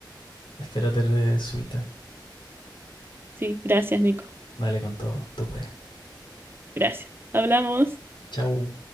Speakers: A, on the left; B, on the right.
A: espero te resulte.
B: Sí, gracias, Nico.
A: Dale con todo, tú puedes.
B: Gracias. Hablamos.
A: Chau.